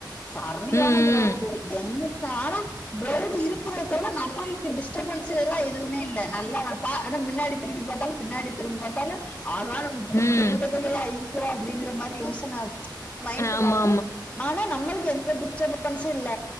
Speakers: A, on the left; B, on the left.
A: சரியான
B: ம்
A: கிரௌடு எங்குட் ஆனா போர்டு இருக்கறத நம்மளுக்கு டிஸ்டர்பன்ஸ் எல்லா எதுவுமே இல்ல நல்லா பா அதா முன்னாடி திரும்பி பார்த்தாலு பின்னாடி திரும்பி பார்த்தாலு அதா நமக்கு
B: ம் ம்
A: இந்த கூட்டத்துலயா இருக்குரோ அப்படிங்கிற மாதிரி யோசன மைண்டுக்கு
B: ஆமா
A: வருது ஆனா நம்மளுக்கு எந்த டிஸ்டபன்ஸு இல்ல